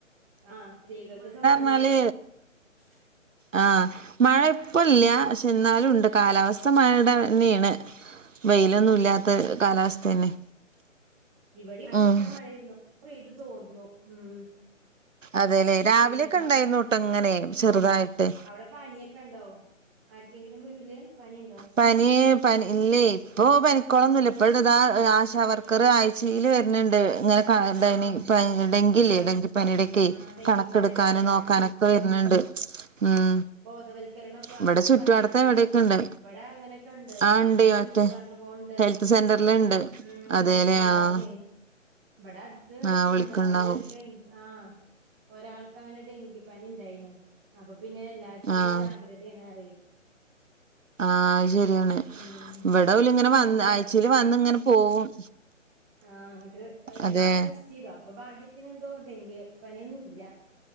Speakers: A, on the right; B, on the right.
A: ആഹ് സ്ത്രീകൾക്ക് സൗജ
B: ണാല്
A: <inaudible>
B: ആഹ് മഴ ഇപ്പ ല്ല. പക്ഷെ ന്നാലുംണ്ട് കാലാവസ്ഥ മഴടെ ന്നേണ്. വെയിലൊന്നും ഇല്ലാത്ത കാലാവസ്ഥന്നെ.
A: ഇവടിം കനത്ത
B: ഉം
A: മയേര്ന്നു പെയ്ത് തോർന്നു ഉം.
B: അതെ ലേ. രാവിലെക്കെ
A: പിന്നെന്താ
B: ഉണ്ടായിരുന്നുട്ടൊ ഇങ്ങനെ ചെറുതായിട്ട്.
A: അവ്ടെ പനിയൊ ക്കെണ്ടോ, ആർക്കെങ്കിലും വീട്ടില് പനിണ്ടോ?
B: പനി പനി ഇല്ലേ ഇപ്പൊ പനിക്കോളൊന്നുല്ല. ഇപ്പണ്ട് ദാ ആശാവർക്കർ ആയ് ച്ചീല് വര്ണ് ണ്ട് ഇങ്ങനെ ക
A: ആഹ്
B: ഡനി പ്പ ഡെങ്കില്ലേ
A: അറിയാം
B: ഡെങ്കി പനിടെക്കെ.
A: ആഹ് ഡെങ്കിപ്പനിയുടെ
B: കണക്ക്ട്ക്കാനും
A: അല്ലേ
B: നോക്കാനൊക്കെ വര്ന്ണ്ട് ഉം.
A: ബോധവൽക്കരണൊ ക്ലാസ്സൊക്കെ
B: ഇവിടെ ചുറ്റുവടത്ത്
A: ഇണ്ടാവൽല്ലെ അവ്ടെ?
B: എവിടെയൊക്കെ ഉണ്ട്
A: ഇബടെ അങ്ങനെക്കെണ്ട്.
B: ആ ഉണ്ട്
A: ഇവടെ
B: മറ്റേ
A: വിൾച് പറഞ് പോവ്ണ്ട്.
B: ഹെൽത്ത് സെന്ററിലുണ്ട്
A: ഉം
B: അതേല്ലേ
A: ഹെൽത്ത് സെന്റർന്നെ.
B: ആഹ്
A: ഇബടെ അട്ത്ത്
B: ആഹ് വിളിക്കണ്ടാവും
A: എന്താ ഒരു ഡെങ്കി ആഹ് ഒരാൾക്കങ്ങനെ ഡെങ്കിപ്പനിണ്ടായിന്നു. അപ്പൊ പിന്നെ എല്ലാർക്കൊരു
B: ആഹ്
A: ജാഗ്രതേണ് പറ്യെ.
B: ആഹ് അത് ശെരിയാണ്
A: ഉം
B: ഇബടോല്ങ്ങനെ വന്ന്
A: അപ്പൊ
B: ആഴ്ചീൽ വന്ന് ഇങ്ങനെ പോവും.
A: ആഹ് ഇങ്ങട്ട് രക്തൊക്കെ
B: അതെ
A: ടെസ്റ്റ് ചെയ്തു അപ്പൊ ഭാഗ്യത്തിന് എന്തോ ഡെങ്കി പനിയൊന്നുംല്ല.